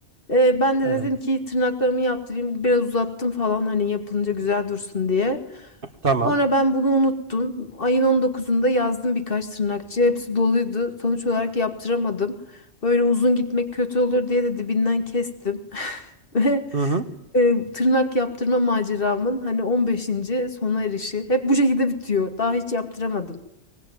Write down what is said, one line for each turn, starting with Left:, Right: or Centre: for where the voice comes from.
Left: Ee, ben de
Right: evet.
Left: dedim ki tırnaklarımı yaptırayım biraz uzattım falan hani yapılınca güzel dursun diye.
Right: Tamam.
Left: Sonra ben bunu unuttum. Ayın 19'unda yazdım birkaç tırnakçıya hepsi doluydu. Sonuç olarak yaptıramadım. Böyle uzun gitmek kötü olur diye de dibinden kestim. <laughs> Ve
Right: Hı hı.
Left: e, tırnak yaptırma maceramın hani 15. sona erişi hep bu şekilde bitiyor. Daha hiç yaptıramadım.